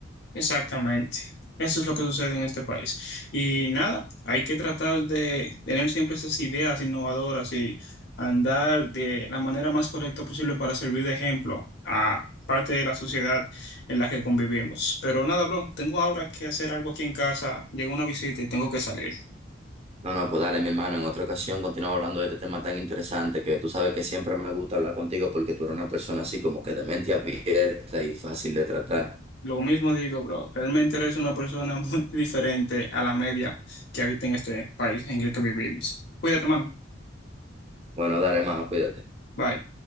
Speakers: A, on the left (about 60°); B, on the right (about 30°).
A: Exactamente. Eso es lo que sucede en este país. Y nada, hay que tratar de tener siempre esas ideas innovadoras y andar de la manera más correcta posible para servir de ejemplo a parte de la sociedad en la que convivimos. Pero nada, bro, tengo ahora que hacer algo aquí en casa. Llegó una visita y tengo que salir.
B: No, no, pues dale, mi hermano, en otra ocasión continuamos hablando de este tema tan interesante que tú sabes que siempre me gusta hablar contigo porque tú eres una persona así como que de mente abierta y fácil de tratar.
A: Lo mismo digo, bro, realmente eres una persona muy <laughs> diferente a la media que habita en este país en el que vivimos. Cuídate, mano.
B: Bueno, dale, hermano, cuídate.
A: Bye.